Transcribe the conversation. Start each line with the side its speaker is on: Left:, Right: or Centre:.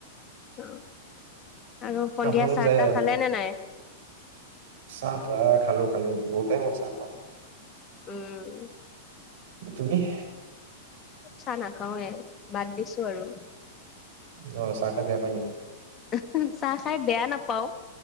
Left: <unintelligible> আৰু সন্ধিয়া
Right: আপোনালোক
Left: চাহ
Right: যায়
Left: তাহ খালে নে নাই?
Right: চাহ-তাহ খালো খালো, বহুতেই হল চা খোৱা।
Left: উম।
Right: তুমিহ
Left: চাহ নাখাওৱে, বাদ দিছো আৰু।
Right: অ চাহ খাই বেয়া পায় নে?
Left: উমহো চাহ খাই বেয়া নাপাওঁ,